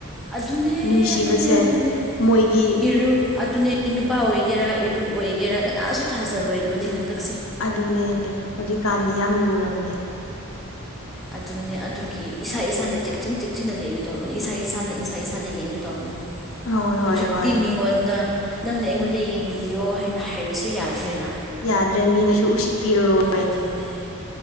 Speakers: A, in the centre; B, on the left.
A: ꯑꯗꯨꯅꯦ
B: ꯅꯨꯡꯁꯤꯕꯁꯦ
A: ꯑꯗꯨꯅꯦ ꯑꯗꯨꯅꯦ
B: ꯃꯣꯏꯒꯤ
A: ꯏꯔꯨ ꯑꯗꯨꯅꯦ ꯑꯩ ꯅꯨꯄꯥ ꯑꯣꯏꯒꯦꯔꯥ ꯏꯔꯨꯞ ꯑꯣꯏꯒꯦꯔꯥ ꯀꯅꯥꯁꯨ ꯊꯥꯖꯔꯣꯏꯗꯕꯅꯤ ꯍꯟꯗꯛꯁꯦ
B: ꯑꯗꯨꯅꯦ ꯍꯧꯖꯤꯛꯀꯥꯟꯗꯤ ꯌꯥꯝ ꯂꯨꯔꯕꯅꯦ
A: ꯑꯗꯨꯅꯦ ꯑꯗꯨꯒꯤ ꯏꯁꯥ ꯏꯁꯥꯅ ꯆꯦꯛꯁꯤꯟ ꯆꯦꯛꯁꯤꯟꯅ ꯂꯩꯒꯗꯧꯕꯅꯤ ꯏꯁꯥ ꯏꯁꯥꯅ ꯏꯁꯥ ꯏꯁꯥꯗ ꯌꯦꯡꯒꯗꯧꯕꯅꯤ
B: ꯍꯣꯏ
A: ꯍꯧꯖꯤꯛꯇꯤ
B: ꯍꯣꯏ ꯍꯣꯏ
A: ꯃꯤꯉꯣꯟꯗ ꯅꯪꯅ ꯑꯩꯉꯣꯟꯗ ꯌꯦꯡꯕꯤꯌꯣ ꯍꯥꯏꯅ ꯍꯥꯏꯔꯁꯨ ꯌꯥꯗ꯭ꯔꯦꯅ
B: ꯌꯥꯗ꯭ꯔꯦ ꯃꯤꯅꯁꯨ ꯎꯁꯤꯠꯄꯤꯔꯔꯣꯏ
A: ꯑꯗꯨꯅꯦ